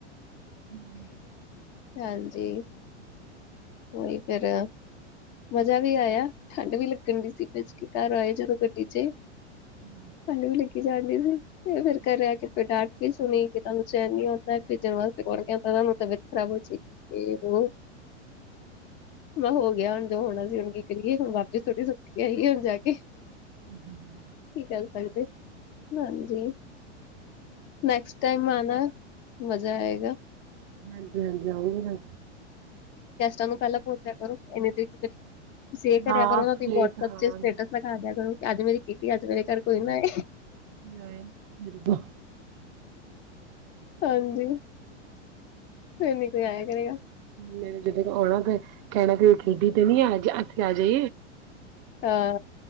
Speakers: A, on the right; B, on the left.
A: ਹਾਂਜੀ!
B: ਹਾਂਜੀ, ਉਹੀ ਫਿਰ। ਮਜ਼ਾ ਵੀ ਆਇਆ, ਠੰਢ ਵੀ ਲੱਗੱਣ ਢਹੀ ਸੀ। ਫਿਰ ਘਰ ਆਏ ਜਦੋਂ ਗੱਡੀ ਚ।
A: ਹੂਂ।
B: ਠੰਢ ਵੀ ਲੱਗੀ ਜਾ ਰਹੀ ਸੀ। ਫਿਰ ਘਰ ਆ ਕੇ ਫਿਰ ਡਾਂਟ ਵੀ ਸੁਣੀ। ਤੁਹਾਨੂੰ ਚੈਨ ਨਹੀਂ ਆਉਂਦਾ। ਕਿਤੇ ਤੁਹਾਡੀ ਤਬੀਅਤ ਖਰਾਬ ਹੋ ਜਾਏਗੀ। ਇਹ ਉਹ, ਮੈਂ ਹੋ ਗਿਆ ਹੁਣ। ਜੋ ਹੋਣਾ ਸੀ, ਹੁਣ ਕੀ ਕਰੀਏ? ਹੁਣ ਵਾਪਸ ਥੋੜ੍ਹੀ ਸੁੱਟ ਕੇ ਆਈਏ, ਹੁਣ ਜਾ ਕੇ।
A: ਜੇ <inaudible>
B: ਕੀ ਕਰ ਸਕਦੇ ਹੋ ਹਾਂ ਜੀ? ਨੈਕਸਟ ਟਾਈਮ ਆਣਾ, ਮਜ਼ਾ ਆਏਗਾ।
A: ਹਾਂਜੀ ਹਾਂਜੀ ਆਊਂਗੀ ਨਾ
B: ਗੈਸਟਾਂ ਨੂੰ ਪਹਿਲਾਂ ਭੇਜ ਦਿਆ ਕਰੋ! ਇਹ ਦੇ। <inaudible> ਤੁਸੀਂ ਇਹ ਕਰਿਆ
A: ਹਾਂ
B: ਕਰੋ ਨਾ, ਤੁਸੀਂ
A: ਲੇਟ
B: ਵਟਸਐਪ
A: ਹਾਂ
B: ਤੇ, ਸਟੇਟਸ ਲਗਾ ਦਿਆ ਕਰੋ ਕਿ ਅੱਜ ਮੇਰੀ ਕਿਟੀ ਹੈ, ਅੱਜ ਮੇਰੇ ਘਰ ਕੋਈ ਨਾ ਆਵੇ।
A: ਨਹੀਂ! <inaudible>
B: ਹਾਂਜੀ! ਫਿਰ ਨਹੀਂ ਕੋਈ ਆਇਆ ਕਰੇਗਾ।
A: ਮੈਂ ਜਦੋਂ ਆਉਣਾ ਤਾਂ ਕਹਿਣਾ ਕਿ ਕਿਟੀ ਤੇ ਨਹੀਂ ਆ ਜਾਇਆ ਜੇ।
B: ਹਾਂ।